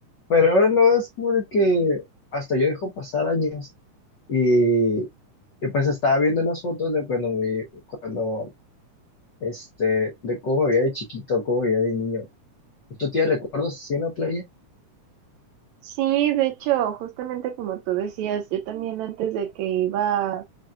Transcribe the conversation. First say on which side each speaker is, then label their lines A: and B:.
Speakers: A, on the left; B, on the right.
A: Pero ahora no, es como de que hasta yo dejo pasar años. Y, y pues estaba viendo unas fotos de cuando me, cuando, este, de cómo me veía de chiquito, cómo me veía de niño. ¿Tú tienes recuerdos así en la playa? <laughs>
B: Sí, de hecho, justamente como tú decías, yo también antes de que iba